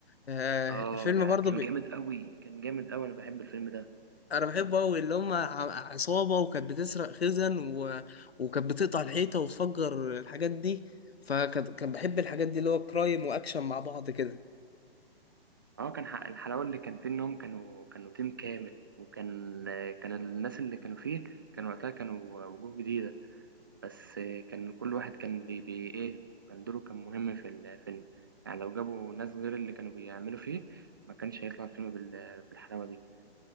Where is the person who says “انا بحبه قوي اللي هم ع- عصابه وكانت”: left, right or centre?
Left